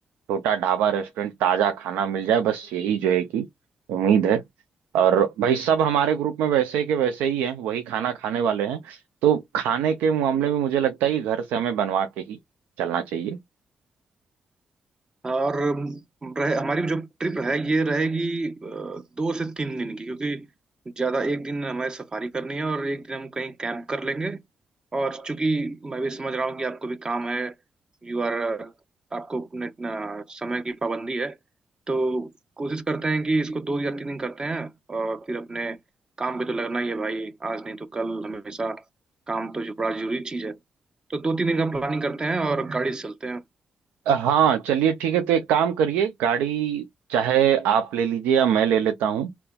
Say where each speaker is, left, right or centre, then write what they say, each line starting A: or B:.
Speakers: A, on the right; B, on the right.
A: छोटा ढाबा रेस्टोरेंट ताजा खाना मिल जाए बस यही जो है कि उम्मीद है और भाई सब हमारे ग्रुप में वैसे के वैसे ही हैं वही खाना खाने वाले हैं तो खाने के मामले में मुझे लगता है कि घर से हमें बनवा के ही चलना चाहिए
B: और रहे हमारी जो ट्रिप है ये रहेगी अ, दो से तीन दिन की क्योंकि ज़्यादा एक दिन हमारी सफारी करनी है और एक दिन हम कहीं कैंप कर लेंगे और चूंकि मैं भी समझ रहा हूँ कि आपको भी काम है यू आर आपको अपने अपना समय की पाबंदी है तो कोशिश करते हैं कि इसको दो या तीन दिन करते हैं और फिर अपने काम पे तो लगना ही है भाई आज नहीं तो कल हमेशा काम तो जो बड़ा जरूरी चीज़ है तो दो तीन दिन का प्लानिंग करते हैं और गाड़ी से चलते हैं
A: हाँ चलिए ठीक है तो एक काम करिए गाड़ी चाहे आप ले लीजिए या मैं ले लेता हूँ